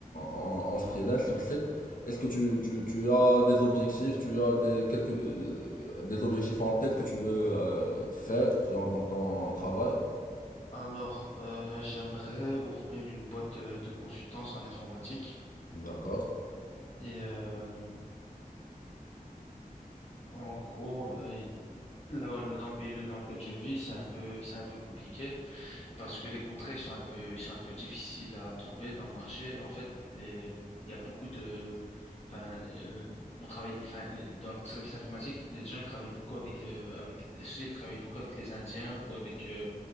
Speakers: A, on the left; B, on the left.
A: en, en freelance sur site. Est-ce que tu, tu, tu as des objectifs, tu as des quelques euh, des objectifs en tête que tu veux euh, faire genre dans ton travail?
B: Alors, euh, j'aimerais ouvrir une boîte de, de consultance en informatique.
A: D'accord.
B: Et, euh, En gros, euh, là, là, dans le pays dans lequel je vis, c'est un peu, c'est un peu compliqué parce que les contrats, ils sont un peu, ils sont un peu difficiles à trouver dans le marché. En fait, les, il y a beaucoup de, enfin, euh, on travaille, enfin, les- dans le service informatique, les gens, ils travaillent beaucoup avec, euh, avec, les sociétés travaillent beaucoup avec les Indiens ou avec euh,